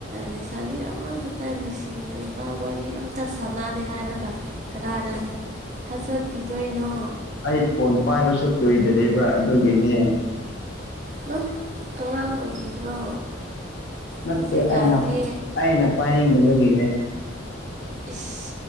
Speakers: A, on the right; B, on the left.
A: ꯂꯩꯁꯥꯕꯤ ꯑꯃꯈꯛꯇ ꯅꯨꯡꯁꯤꯅꯕ ꯋꯥꯔꯤ ꯑꯝꯇ ꯁꯥꯟꯅꯗꯦ ꯍꯥꯏꯔꯒ ꯀꯅꯥꯅ ꯊꯥꯖ ꯄꯤꯗꯣꯏꯅꯣ
B: ꯑꯩ ꯐꯣꯟ ꯄꯥꯏꯕꯁꯨ ꯀꯨꯏꯗꯔꯤꯕ ꯑꯗꯨꯒꯤꯅꯦ
A: ꯅꯪ ꯑꯉꯥꯡ ꯑꯣꯏꯔꯤꯕ꯭ꯔꯣ
B: ꯅꯠꯇꯦ
A: ꯍꯧꯖꯤꯛꯀꯥꯟꯗꯤ
B: ꯑꯩꯅ ꯑꯩꯅ ꯄꯥꯏꯅꯤꯡꯗꯕꯒꯤꯅꯦ
A: ꯏꯁ